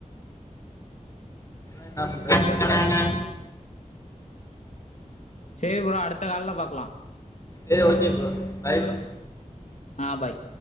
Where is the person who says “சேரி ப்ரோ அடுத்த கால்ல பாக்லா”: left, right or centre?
Left